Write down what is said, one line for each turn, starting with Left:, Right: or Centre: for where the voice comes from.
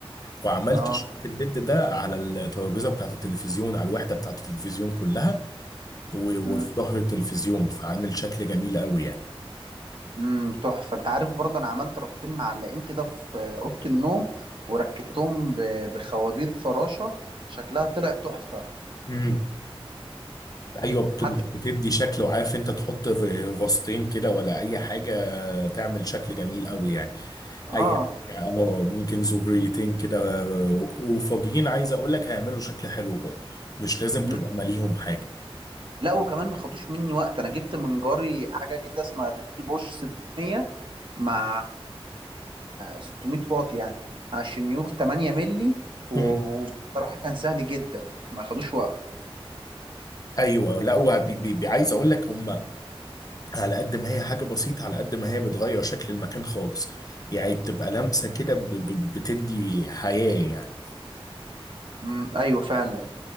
Left: وعملت
Right: اه
Left: شريط الليد ده على الترابيزه بتاعت التلفزيون على الوحده بتاعت التلفزيون كلها و-
Right: مم.
Left: وفي ظهر التلفزيون فعامل شكل جميل قوي يعني
Right: امم تحفه انت عارف برضه انا عملت رفين معلقين كده في اوضه النوم وركبتهم ب- بخوابير فراشه شكلها طلع تحفه
Left: امم ايوه بت-
Right: حتى
Left: بتدي شكل وعارف انت تحط ف- فاستين كده ولا اي حاجه تعمل شكل جميل قوي يعني
Right: اه
Left: اي حاجه اه ممكن زهريتين كده و- وفاضيين عايز اقول لك هيعملوا شكل حلو برضه مش لازم
Right: مم.
Left: تبقى ماليهم حاجه
Right: لا وكمان ما خدوش مني وقت انا جبت من جاري حاجه كده اسمها دريل بوش 600 مع 600 واط يعني مع شنيور 8 ملي و-
Left: امم
Right: وبصراحه كان سهل جدا ما خدوش وقت
Left: ايوه لا وعايز اقول لك هم على قد ما هي حاجة بسيطة على قد ما هي بتغير شكل المكان خالص يعني بتبقى لمسة كده ب- ب- بتدي حياة يعني
Right: امم ايوه فعلا